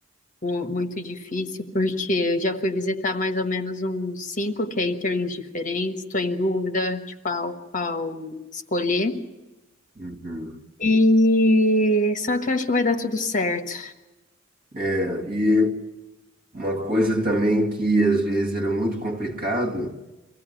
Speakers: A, on the left; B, on the right.
A: mu- muito difícil, porque eu já fui visitar mais ou menos uns cinco caterings diferentes, estou em dúvida de qual, qual escolher.
B: Uhum.
A: E só que eu acho que vai dar tudo certo.
B: É, e uma coisa também que às vezes era muito complicado